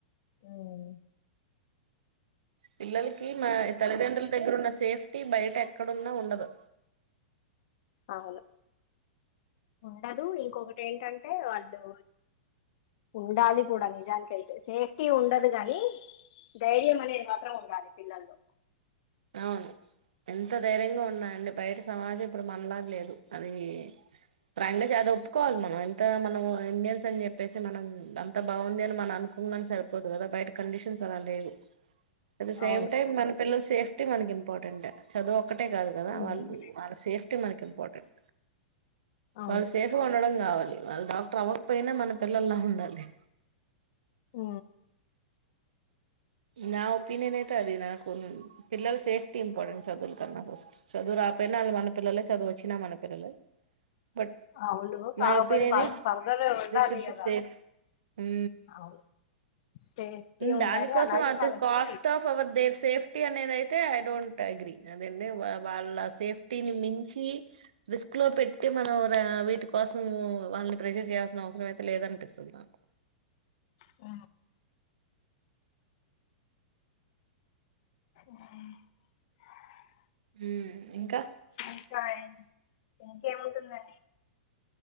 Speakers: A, on the left (about 55°); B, on the right (about 70°).
A: అవును
B: పిల్లలకి మా తల్లిదండ్రుల దగ్గరున్న సేఫ్టీ బయట ఎక్కడున్నా ఉండదు.
A: అవును ఉండదు ఇంకొకటి ఏంటంటే వాళ్ళు ఉండాలి కూడా నిజానికి కయితే సేఫ్టీ ఉండ ద్దు గాని ధైర్యం అనేది మాత్రం ఉండాలి పిల్లల్లో
B: అవును ఎంత ధైర్యంగా ఉన్నాండి బయట సమాజం ఇప్పుడు మనలాగ లేదు అది ట్రెండ్జ్ అది ఒప్పుకోవాలి మనం ఎంత మనం ఇండియన్స్ అని చెప్పేసి మనం అంత బావుంది అని మనం కుంగాని సరిపోదు కదా బయట కండిషన్స్ అలా లేవు. అట్ ద సేమ్
A: అవును
B: టైమ్ మన పిల్లల సేఫ్టీ మనకి ఇంపార్టెంట్ చదువు ఒకటే కాదు కదా
A: ఉమ్
B: వాళ్ళు వాళ్ళ సేఫ్టీ మనకి ఇంపార్టెంట్
A: అవును
B: వాళ్ళు సేఫ్గా ఉండడం కావాలి వాళ్ళ డాక్టర్ అవ్వకపోయినా మన పిల్లల్లా ఉండాలి.
A: ఆ
B: నా ఒపినియన్ ఎయితే అది నా పిల్లల సేఫ్టీ ఇంపార్టెంట్ చదువులకన్నా ఫస్ట్ చదువు రాకపోయినా అల్లు మన పిల్లలే చదువు వచ్చినా మన పిల్లలే బట్
A: అవును కాకపోతే
B: మై ఒపీనియన్
A: వాళ్ళకి
B: ఈస్
A: ఫర్దర్ ఉండాలి
B: దే షుడ్
A: కదా
B: బి సేఫ్ హూ
A: అవును సేఫ్టీ
B: దానికోసం
A: ఉండాలి అలాగే
B: అది
A: వాళ్ళకి
B: cost of our their safety అనేది అయితే ఐ డోంట్ అగ్రి అదండి వాళ్ళ సేఫ్టీ మించి రిస్క్ లో పెట్టి మనం వీటి కోసం వాళ్ళని ప్రెషర్ చేయాల్సిన అవసరం అయితే లేదనిపిస్తుంది నాకు
A: అ ఓ
B: హూ ఇంకా
A: ఇంకా ఇంకేముంటుందండి